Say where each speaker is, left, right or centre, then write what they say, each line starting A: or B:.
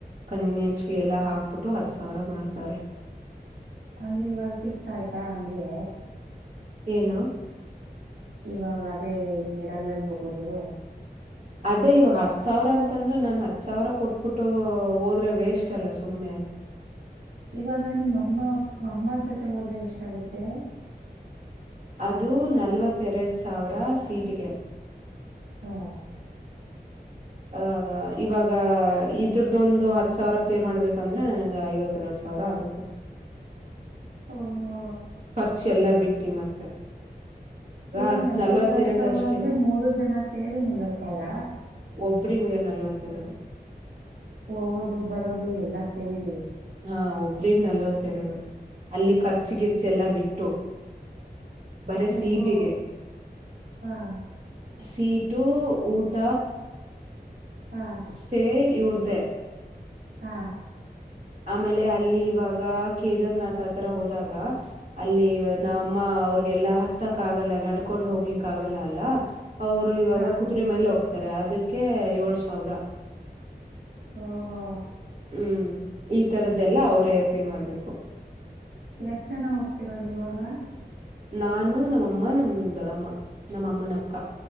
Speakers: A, on the right; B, on the right.
A: ಕನ್ವೀನಿಯನ್ಸ್ ಫೀ ಎಲ್ಲ ಹಾಕ್ಬಿಟ್ಟು ಹತ್ ಸಾವಿರ ಮಾಡ್ತಾರೆ
B: ಅಂದ್ರೆ ಇವಾಗ ಫಿಕ್ಸ್ ಆಯ್ತಾ ಅಂಗಗೆ
A: ಏನು
B: ಇವಾಗ ಅದೇ ಮೆಡಲ್ ಅಲ್ಲಿ ಹೋಗೋದು
A: ಅದೇ ಇವಾಗ ಹತ್ ಸಾವಿರ ಅಂತಂದ್ರೆ ನಾನ ಹತ್ ಸಾವಿರ ಕೊಟ್ಬಿಟ್ಟು ಹೋದ್ರೆ ವೇಸ್ಟ್ ಅಲ್ಲ ಸುಮ್ನೆ
B: ಇವಾಗ ನಿಮ್ಮ ಅಮ್ಮ ಅಮ್ಮ ಜೊತೆ ಹೋದ್ರೆ ಎಷ್ಟ ಆಗುತ್ತೆ
A: ಅದು ನಲ್ವತ್ತೆರಡು ಸಾವಿರ ಸೀಟಿಗೆ
B: ಹಾ
A: ಆಹ ಇವಾಗ ಇದ್ರದೊಂದು ಹತ್ತು ಸಾವಿರ ಪೇ ಮಾಡ್ಬೇಕಂದ್ರೆ ನನಗೆ ಐವತ್ತೆರಡು ಸಾವಿರ ಆಗುತ್ತೆ
B: ಹ್ಮ ಹ್ಮ
A: ಖರ್ಚ ಎಲ್ಲ ಬಿಟ್ಟು ಮತ್ತೆ
B: ಇವಾಗ
A: ಅದ್
B: ನಲ್ವತ್ತ
A: ನಲ್ವತ್ತೆರಡು
B: ಎರಡ್ ಸಾವಿರ
A: ಅಷ್ಟೇ
B: ಅಂದ್ರೆ ಮೂರು ಜನ ಸೇರಿ ನಲ್ವತ್ತ ಎಡ
A: ಒಬ್ರಮಗೆ ನಲ್ವತ್ತೆರಡು
B: ಹೋಗೋದು ಬರೋದು ಎಲ್ಲಾ ಸೇರಿ
A: ಹಾ ಒಬ್ರಗ್ ನಲ್ವತ್ತೆರಡು ಅಲ್ಲಿ ಖರ್ಚು ಗಿರ್ಚ ಎಲ್ಲಾ ಬಿಟ್ಟು ಬರ ಸೀಟಿಗೆ
B: ಓಹೋ ಹಾ
A: ಸೀಟು ಊಟ
B: ಹಾ
A: ಸ್ಟೇ ಇವ್ರ್ದ
B: ಹಾ
A: ಆಮೇಲೆ ಅಲ್ಲಿ ಇವಾಗ ಕೇದಾರ್ನಾಥ್ ತರ ಹೋದಾಗ ಅಲ್ಲಿ
B: ಹಾ
A: ನಾ ಅಮ್ಮ ಅವ್ರಿಗೆಲ್ಲಾ ಹ ಹತ್ತಕ್ ಆಗಲ್ಲ ನಡ್ಕೊಂಡ್ ಹೋಗ್ಲಿಕ್ ಆಗಲ್ಲ ಅಲ್ಲ ಅವ್ರು ಇವಾಗ
B: ಹಾ.
A: ಕುದು್ರೆ ಮೇಲೆ ಹೋಗ್ತ ಅದಕ್ಕೆ ಏಳ್ ಸಾವಿರ
B: ಓಹೋ
A: ಹ್ಮ್ ಈ ತರದ್ದೆಲ್ಲ ಅವ್ರೇ ಪೇ ಮಾಡ್ಬೇಕು
B: ಎಷ್ಟ್ ಜನ ಹೋಗ್ತಿರದು ಇವಾಗ
A: ನಾನು ನಮ್ಮಮ್ಮ ನಮ ದೊಡ್ಡಮ್ಮ ನಮ್ಮಅಮ್ಮನ ಅಕ್ಕ